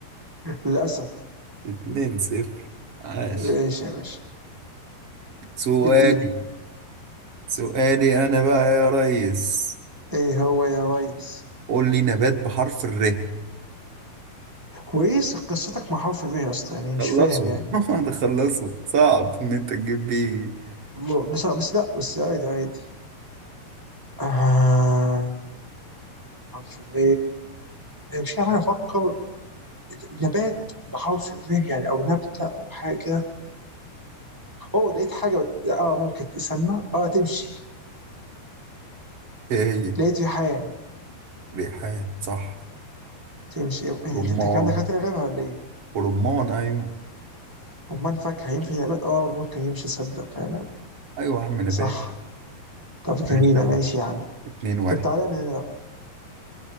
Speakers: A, on the right; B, on the right.
A: للأسف
B: اتنين صفر عاش
A: ماشي يا باشا
B: سؤالي
A: اديني
B: سؤالي أنا بقى يا ريس
A: ايه هو يا ريس
B: قول لي نبات بحرف الر
A: هو ايه قصتك مع حرف ب يا اسطى يعني مش
B: خلصوا
A: فاهم يعني
B: <laughs> خلصوا صعب إن أنت تجيب بيه
A: الله، بس بس لا بس عادي عادي آه حرف ب مش عارف انا افكر نبات بحاول في ذهني يعني او نبته او حاجه اوه لقيت حاجه اه ممكن تستنى اه تمشي
B: إيه هي
A: لقيت ريحان
B: ريحان صح
A: تمشي انت
B: رمان
A: أنت كان عندك حاجه تانية غيرها ولا ايه؟
B: ورمان أيوه
A: امال فاكهه ينفع نبات اه ممكن يمشي صدق فعلا
B: أيوه يا عم نبات
A: صح طب جميله
B: ماشي يا عم
A: ماشي يا عم
B: اتنين واحد
A: طب تعالى انا هنا.